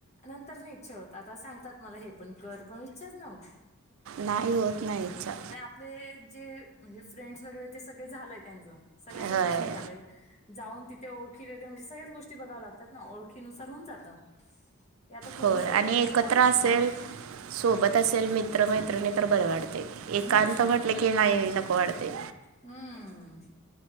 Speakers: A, on the left (about 30°); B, on the right (about 70°).
A: नंतर नाय इच्छा होत आता सांगतात मला हे पण कर पण इच्छाच नाय होत.
B: नाही होत नाय इच्छा
A: पले जे म्हणजे फ्रेंड्स वगैरे ते सगळे झालंय त्यांचं सगळ्यांचं
B: होय
A: शिक्षण झालंय. जाऊन तिथे ओळखी वगैरे म्हणजे सगळ्याच गोष्टी बघाव लागतात ना ओखीनुसार होऊन जातं. हे आता कोणी
B: होय
A: सोबत
B: आणि
A: नाही
B: एकत्र
A: काय
B: असेल
A: नाही
B: सोबत असेल मित्र मैत्रिणी तर बरं वाटतय. एकांत
A: हम्म.
B: म्हटलं की नाही नको वाढते.
A: हुं